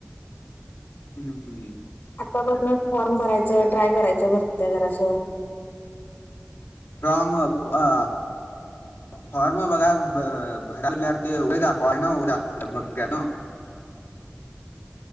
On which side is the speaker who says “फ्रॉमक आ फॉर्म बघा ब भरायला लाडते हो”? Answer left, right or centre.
Left